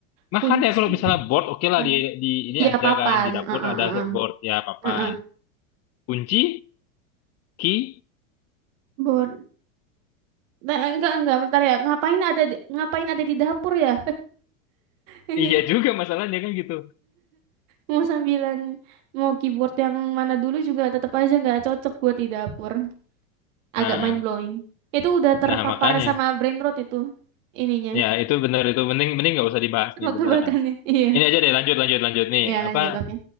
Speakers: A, on the left (about 40°); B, on the right (about 65°).
A: Makanya
B: kunci.
A: kalau misalnya board, oke
B: Papan.
A: lah di, di ini
B: Iya
A: ada
B: papan.
A: kan di dapur
B: Heeh,
A: ada board ya papan.
B: heeh.
A: Kunci, key,
B: Bun. Nah, enggak enggak bentar ya. Ngapain ada di, ngapain ada di dapur ya? <laughs>
A: iya
B: Itu
A: juga masalahnya kan gitu.
B: mau sambilan mau keyboard yang mana dulu juga tetap aja nggak cocok buat di dapur.
A: Nah,
B: Agak mind blowing. Itu udah terpapar
A: nah makanya
B: sama brain rot itu ininya.
A: ya itu bener itu mending mending nggak usah dibahas
B: Tebak-tebakannya.
A: nih beneran.
B: <laughs> Iya.
A: Ini aja deh lanjut lanjut lanjut nih
B: Ya lanjut
A: apa
B: oke.